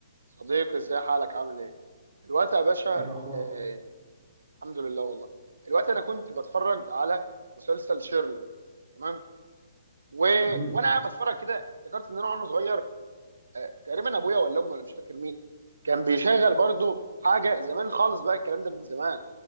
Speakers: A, on the right; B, on the right.
A: صديقي ازاي حالك عامل ايه الوقت يا باشا
B: ايه الاخبار
A: آه الحمد لله والله الوقت انا كنت بتفرج على مسلسل شيرلوك تمام و...
B: امم
A: وانا قاعد بتفرج كده افتكرت ان انا وانا صغير آه تقريبا ابويا ولا امي ولا مش فاكر مين كان بيشغل برضو حاجه زمان خالص بقى الكلام ده من زمان